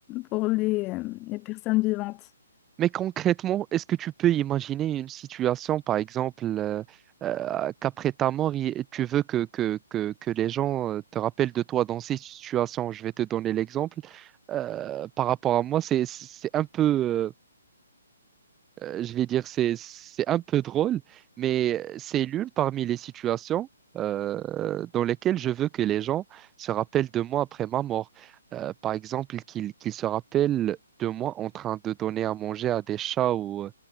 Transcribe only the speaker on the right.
Mais concrètement, est-ce que tu peux imaginer une situation, par exemple, euh, euh, qu'après ta mort, il- tu veux que, que, que, que les gens euh, te rappellent de toi dans ces situations? Je vais te donner l'exemple. Euh, par rapport à moi, c'est, c'est un peu, euh, euh, je vais dire, c'est, c'est un peu drôle, mais c'est l'une parmi les situations euh, dans lesquelles je veux que les gens se rappellent de moi après ma mort. Euh, par exemple, qu'ils qu'ils se rappellent de moi en train de donner à manger à des chats ou